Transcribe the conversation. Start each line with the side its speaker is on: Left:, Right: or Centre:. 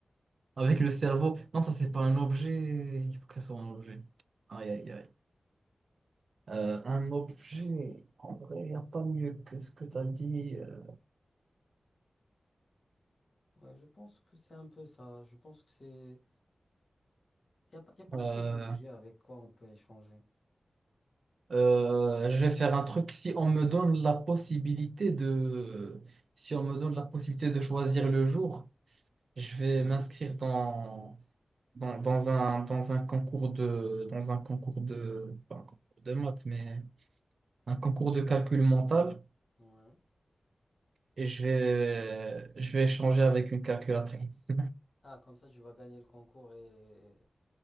Right: Avec le cerveau. Non, ça, c'est pas un objet. Il faut que ça soit un objet. Aïe, aïe, aïe. Euh, un objet. En vrai, il n'y a pas mieux que ce que tu as dit. Euh,
Left: Ouais, je pense que c'est un peu ça. Je pense que c'est... Il n'y a, pas- y a pas
Right: euh,
Left: trop d'objets avec quoi on peut échanger.
Right: euh, je vais faire un truc. Si on me donne la possibilité de, si on me donne la possibilité de choisir le jour, je vais
Left: Ouais.
Right: m'inscrire dans, dans, dans un, dans un concours de, dans un concours de, pas un concours de maths, mais un concours de calcul mental.
Left: Ouais.
Right: et je vais, je vais échanger avec une calculatrice
Left: Ah, comme ça, tu vas gagner le concours et,